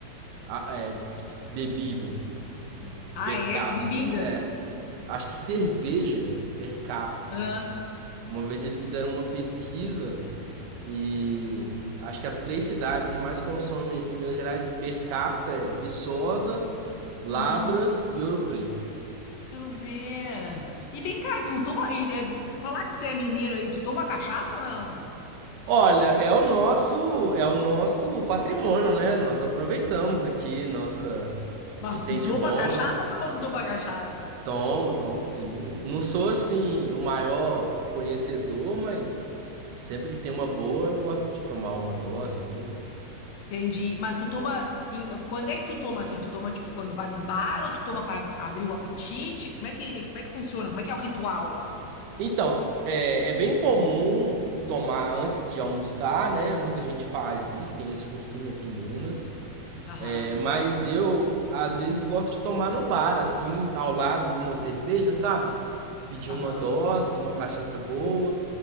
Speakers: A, on the right (about 85°); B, on the left (about 70°).
A: a- é, bebida
B: Ah,
A: per
B: é?
A: capita.
B: Que bebida?
A: É. Acho que cerveja per capita,
B: Hã?
A: assim. Uma vez eles fizeram uma pesquisa e. Acho que as três cidades que mais consomem aqui em Minas Gerais per capita é Viçosa, Lavras
B: Hum,
A: e Ouro Preto.
B: tu vê. E vem cá, tu toma. E, é, tu- falar que tu é mineiro aí, tu toma cachaça ou não?
A: Olha, é o nosso, é o nosso patrimônio, né? Nós aproveitamos aqui nossa
B: Mas
A: o que tem
B: tu
A: de
B: toma
A: bom,
B: cachaça
A: né?
B: ou tu não toma cachaça?
A: Tomo, tomo sim. Não sou
B: En-
A: assim o maior conhecedor, mas sempre que tem uma boa, eu gosto de tomar uma dose, duas.
B: Entendi. Mas tu toma. em- Quando é que tu toma assim? Tu toma, tipo, quando vai num bar ou tu toma pra abrir o apetite? Como é que, como é que funciona? Como é que é o ritual?
A: Então, é, é bem comum tomar antes de almoçar, né? Muita gente faz isso, tem esse costume aqui em Minas.
B: Aham.
A: É, mas eu, às vezes, gosto de tomar no bar, assim, ao lado de uma cerveja, sabe? Pedir
B: Aham.
A: uma dose de uma cachaça boa.